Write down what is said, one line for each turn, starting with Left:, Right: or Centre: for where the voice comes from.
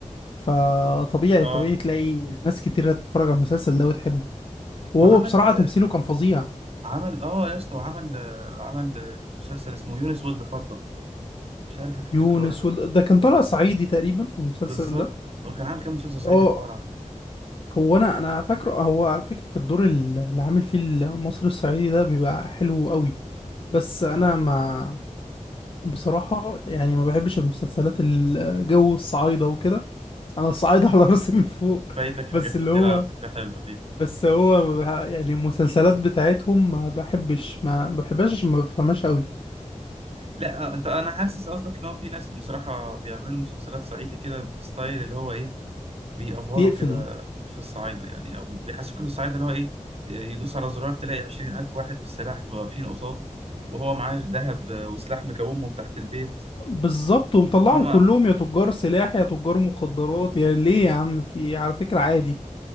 Left: فطبيعي
Right: اه
Left: طبيعي تلاقي ناس كتير تتفرج على المسلسل ده وتحبه وهو
Right: وعمل
Left: بصراحه
Right: آه،
Left: تمثيله كان فظيع
Right: عمل اه يا اسطى وعمل آه، عمل آه، مسلسل اسمه يونس ولد فضة مش عارف هتفتكره
Left: يونس
Right: ولا لا
Left: وال... ده كان طلع صعيدي تقريبا في المسلسل
Right: بالظبط
Left: ده
Right: هو كان عامل كام مسلسل صعيدي
Left: اه
Right: حوار على فكرة
Left: هو انا انا فاكره هو على فكره في الدور ال- اللي عامل فيه المصري الصعيدي ده بيبقى حلو قوي بس انا
Right: اه
Left: ما بصراحه يعني ما بحبش المسلسلات الجو الصعايده وكده انا الصعايده على راسي من فوق
Right: فايتك حاجات
Left: بس اللي
Right: كتير
Left: هو
Right: على فكرة حلوة دي
Left: بس هو ما بح- يعني المسلسلات بتاعتهم ما بحبش ما ما بحبهاش عشان ما بفهمهاش قوي
Right: لا آه، انت انا حاسس قصدك ان هو في ناس بصراحة بيعملوا مسلسلات صعيدي كده بستايل اللي هو ايه بيأفوروا
Left: يقفل
Right: كده في الصعايدة يعني او بيحسسوك ان الصعايدة اللي هو ايه يدوس على زرار تلاقي عشرين ألف واحد بالسلاح واقفين قصاده وهو معاه ذهب آه، وسلاح مكومهم تحت البيت
Left: بالظبط ومطلعهم
Right: هما
Left: كلهم يا تجار سلاح يا تجار مخدرات يا ليه يا عم في إيه؟ على فكرة عادي